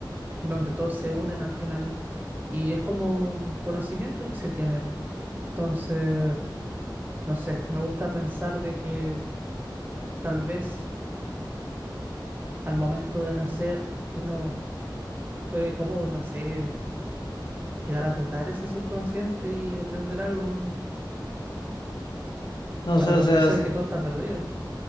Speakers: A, on the right; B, on the left.
A: donde todos se unen al final y es como un conocimiento que se tiene. Entonces, no sé, me gusta pensar de que tal vez al momento de nacer uno puede como, no sé, llegar a tocar ese subconsciente y aprender algo mm,
B: No
A: para
B: sé,
A: no
B: o
A: pensar
B: sea, si-
A: que todo está perdido.